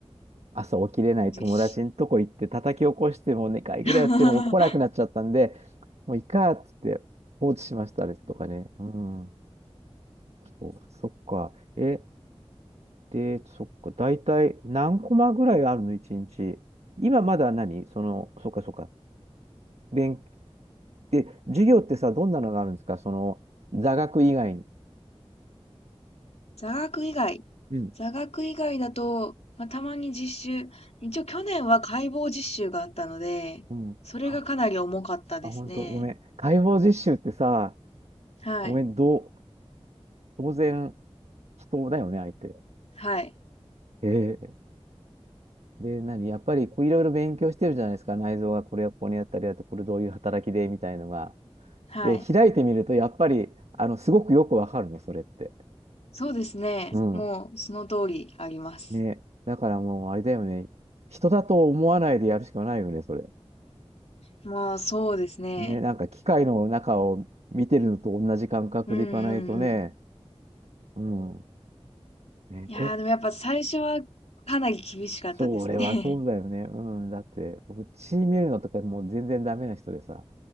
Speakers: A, on the right; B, on the left.
A: 朝起きれない友達のとこ行って叩き起こしても2回ぐらいやっても来なくなっちゃったんで、
B: うん。実施。<laughs>
A: もういいかっつって放置しましたあれとかね。うん。そう、そっか。え、で、そっか。大体何コマぐらいあるの一日。今まだ何その、そっかそっか。勉、で、授業ってさ、どんなのがあるんですかその、座学以外に。
B: 座学以外。
A: うん。
B: 座学以外だと、まあ、たまに実習。一応去年は解剖実習があったので、
A: うん。
B: それがかなり重かったですね。
A: か、あ、本当ごめん。解剖実習ってさ、
B: はい。
A: ごめん、どう、当然、人だよね、相手。
B: はい。
A: ええ。で、何やっぱり、こういろいろ勉強してるじゃないですか。内臓がこれはここにあったりだと、これどういう働きで、みたいのが。
B: はい。
A: で、開いてみると、やっぱり、あの、すごくよくわかるの、それって。
B: そうですね。
A: うん。
B: もうその通りあります。
A: ね。だからもう、あれだよね。人だと思わないでやるしかないよね、それ。
B: まあそうですね。
A: ね。なんか、機械の中を見てるのと同じ感覚でいかないとね。
B: うんうんうん。
A: うん。ね、
B: いやーでもやっぱ最初はかなり厳しかったですね。
A: え、それはそうだよね。うん。だって、僕、血見るのとかもう全然ダメな人でさ、